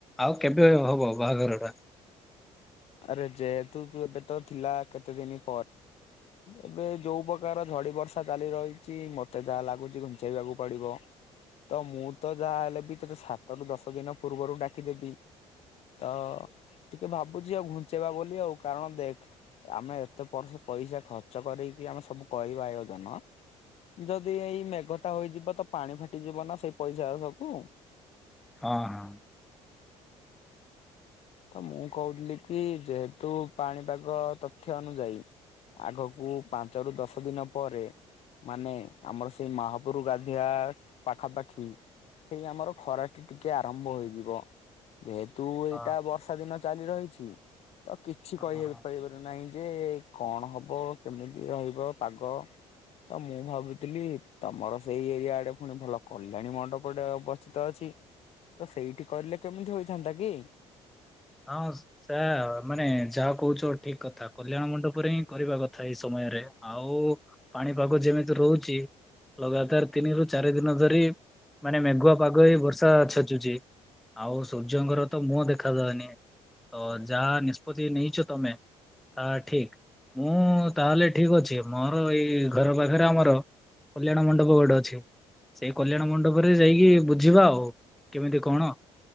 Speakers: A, in the centre; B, on the left.
A: ଆଉ କେବେ ହବ ବାହାଘରଟା?
B: ଆରେ ଯେହେତୁ ତୁ ଏବେ ତ ଥିଲା କେତେ ଦିନି ପ ଏବେ ଯୋଉ ପକାର ଝଡ଼ି ବର୍ଷା ଚାଲି ରହିଛି ମତେ ଯାହା ଲାଗୁଚି ଘୁଞ୍ଚେଇବାକୁ ପଡ଼ିବ। ତ ମୁଁ ତ ଯାହା ହେଲେ ବି ତତେ ସାତରୁୁ ଦଶ ଦିନ ପୂର୍ବରୁ ଡାକିଦେବି। ତ ଟିକେ ଭାବୁଚି ଆଉ ଘୁଞ୍ଚେଇବା ବୋଲି ଆଉ କାରଣ ଦେଖ୍ ଆମେ ଏତେ ବର୍ଷ ପଇସା ଖର୍ଚ୍ଚ କରିକି ଆମେ ସବୁ କରିବା ଆୟୋଜନ। ଯଦି ଏଇ ମେଘଟା ହୋଇଯିବ ତ ପାଣି ଫାଟିଯିବ ନା ସେଇ ପଇସା ଆଉ ସବୁ।
A: ହଁ ହଁ।
B: ଅ ମୁଁ କହୁଥିଲି କି ଯେହେତୁ ପାଣିପାଗ ତଥ୍ୟ ଅନୁଯାୟୀ ଆଗକୁ ପାଞ୍ଚରୁ ଦଶ ଦିନ ପରେ ମାନେ ଆମର ସେଇ ମହାପୁରୁ ଗାଧିଆ ପାଖାପାଖି ସେଇ ଆମର ଖରାଟି ଟିକେ ଆରମ୍ଭ ହୋଇଯିବ ଯେହେତୁ
A: ହଁ।
B: ଟା ବର୍ଷା ଦିନ ଚାଲି ରହିଛି ତ କିଛି
A: ହଁ
B: କହି
A: ହଁ।
B: ଏବେ ପାରିବ ନାହିଁ ଯେ କଣ ହବ କେମିତି ରହିବ ପାଗ। ତ ମୁଁ ଭାବୁଥିଲି ତମର ସେଇ ଏରିଆ ଆଡ଼େ ପୁଣି ଭଲ କଲ୍ୟାଣୀ ମଣ୍ଡପଟେ ଅବସ୍ଥିତ ଅଛି। ତ ସେଇଠି କରିଲେ କେମିତି ହୋଇଥାନ୍ତା କି?
A: ହଁ ସେୟା ମାନେ ଯାହା କହୁଛ ଠିକ୍ କଥା କଲ୍ୟାଣ ମଣ୍ଡପରେ ହିଁ କରିବା କ ଥାଏ ସମୟରେ ଆଉ ପାଣିପାଗ ଯେମିତି ରହୁଚି ଲଗାତାର ତିନିରୁ ଚାରି ଦିନ ଧରି ମାନେ ମେଘୁଆ ପାଗ ହେଇ ବର୍ଷା ଛେଚୁଚି ଆଉ ସୂର୍ଯ୍ୟଙ୍କର ତ ମୁହଁ ଦେଖାଦଉନି। ଓ ଯାହା ନିଷ୍ପତି ନେଇଛ ତମେ ତା ଠିକ୍। ମୁଁ ତାହେଲେ ଠିକ୍ ଅଛି ମୋର ଏଇ ଘର ପାଖରେ ଆମର କଲ୍ୟାଣ ମଣ୍ଡପ ଗୋଟେ ଅଛି। ସେଇ କଲ୍ୟାଣ ମଣ୍ଡପରେ ଯାଇକି ବୁଝିବା ଆଉ କେମିତି କଣ